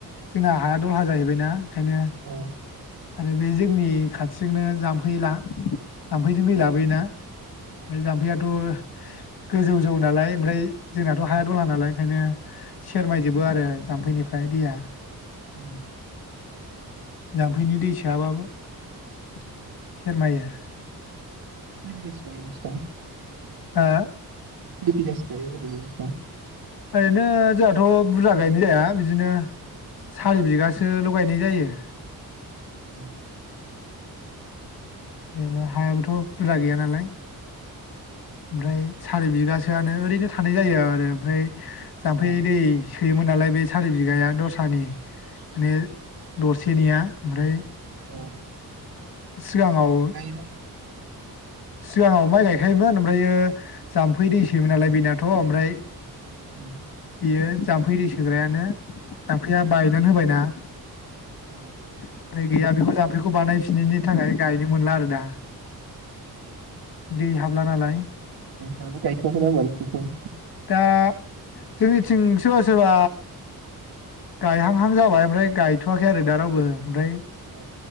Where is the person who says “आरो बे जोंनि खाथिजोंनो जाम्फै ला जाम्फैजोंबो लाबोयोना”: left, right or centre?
Left